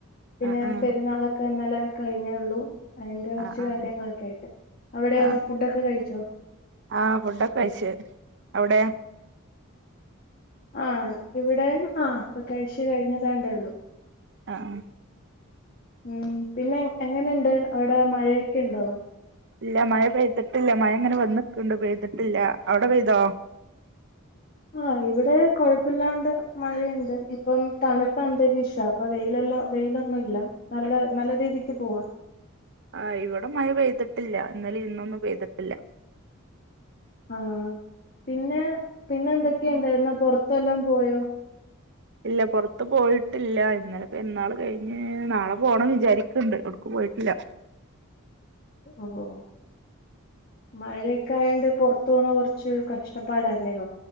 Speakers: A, on the left; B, on the right.
A: പിന്നെ
B: ആഹ് ആഹ്
A: പെരുന്നാളൊക്കെ ഇന്നലെ കഴിഞ്ഞേയൊള്ളൂ അയിന്റെ കൊറച്ച്
B: ആഹ് ആഹ്
A: കാര്യങ്ങളൊക്കെ ആയിട്ട് അവിടെയോ
B: ആഹ്
A: ഫുഡൊക്കെ കഴിച്ചോ?
B: ആഹ് ഫുഡൊക്കെ കഴിച്ചു അവിടെ?
A: ആഹ് ഇവിടെയും ആ് ഇപ്പൊ കഴിച്ച് കഴിഞ്ഞതാണ്ടേയൊള്ളൂ
B: ആഹ്
A: ഉം പിന്നെ എങ്ങനെണ്ട് അവിടെ മഴയൊക്കെ ഉണ്ടോ?
B: ഇല്ല മഴ പെയ്തിട്ടില്ല മഴ ഇങ്ങനെ വന്ന്ക്ക്ണ്ട് പെയ്തിട്ടില്ല അവിടെ പെയ്തോ?
A: ആഹ് ഇവിടെ കൊഴപ്പില്ലാണ്ട് മഴയുണ്ട് ഇപ്പം തണുത്ത അന്തരീക്ഷ ഇപ്പൊ വെയിലല്ലോ വെയിലൊന്നും ഇല്ല നല്ല നല്ല രീതിക്ക് പോവാ
B: ആഹ് ഇവടെ മഴ പെയ്തിട്ടില്ല ഇന്നലിം ഇന്നൊന്നും പെയ്തിട്ടില്ല
A: ആഹ് പിന്നെ പിന്നെന്തൊക്കെ ഇണ്ടായിരുന്ന് പൊറത്ത് വല്ലോം പോയോ?
B: ഇല്ല പൊറത്ത് പോയിട്ടില്ല ഇന്നലെ പെര്ന്നാള് കഴിഞ്ഞ് നാളെ പോണം വിചാരിക്ക്ണ്ട് എവിടുക്കും പോയിട്ടില്ല.
A: ഓഹ് ഹോ മഴയൊക്കെ ആയോണ്ട് പൊറത്ത് പോവുന്ന കൊറച്ച് കഷ്ടപ്പാടല്ലയോ?